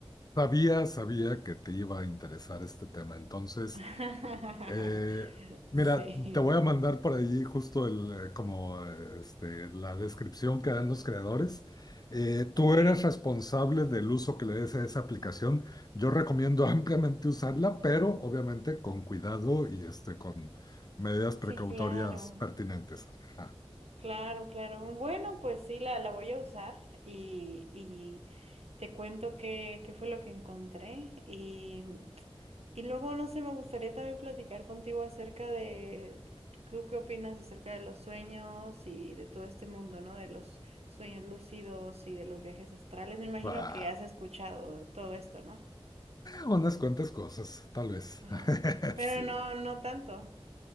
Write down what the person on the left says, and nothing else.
Sabía, sabía que te iba a interesar este tema. Entonces,
eh, mira,
te voy a mandar por ahí justo el, eh, como eh, este, la descripción que dan los creadores. Eh, tú
eres responsable del uso que le des a esa aplicación. Yo recomiendo <laughs> ampliamente usarla, pero obviamente con cuidado y este, con medidas precautorias
pertinentes. Ajá.
Va,
unas cuantas cosas, tal vez.
<laughs>
Sí.